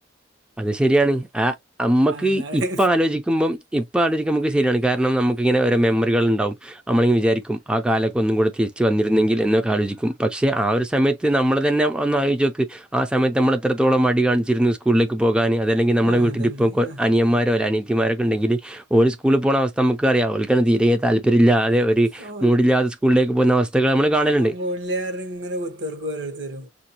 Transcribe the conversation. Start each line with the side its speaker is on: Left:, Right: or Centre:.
Centre: അത് ശരിയാണ് ആ അമ്മക്ക്
Right: അതാണ്
Centre: ഇപ്പം ആലോചിക്കുമ്പം ഇപ്പൊ ആലോചിക്കുമ്പോൾ നമുക്ക് ശരിയാണ് കാരണം നമ്മുക്ക് ഇങ്ങനെ ഓരോ മെമ്മറികൾ ഉണ്ടാവും. നമ്മളും വിചാരിക്കും ആ കാലൊക്കെ ഒന്നും കൂടെ തിരിച്ച് വന്നിരുന്നെങ്കിൽ എന്നൊക്കെ ആലോചിക്കും പക്ഷേ ആ ഒരു സമയത്ത് നമ്മളെ തന്നെ ഒന്ന് ആലോചിച്ച് നോക്ക് ആ സമയത്ത് നമ്മൾ എത്രത്തോളം മടി കാണിച്ചിരുന്നു. ക്ക് പോകാന് അതല്ലെങ്കിൽ നമ്മുടെ
Right: ആ
Centre: വീട്ടിൽ
Right: അതുണ്ട്
Centre: ഇപ്പോ
Right: ആ
Centre: അനിയന്മാരോ അനീയത്തിമാരൊക്കെ ഉണ്ടെങ്കിൽ ഓല് സ്കൂളിൽ പോണ അവസ്ഥ നമുക്ക് അറിയാം ഓൽക്ക് അന്ന് തീരെ താല്പര്യമില്ലാതെ ഒരു
Right: ഓ
Centre: മൂടില്ലാതെ സ്കൂളിലേക്ക് പോകുന്ന അവസ്ഥകൾ നമ്മൾ കാണലുണ്ട്.
Right: മോല്യായാറ് ഇങ്ങനെ കുത്തർക്കും ഓരോര്ത്തരും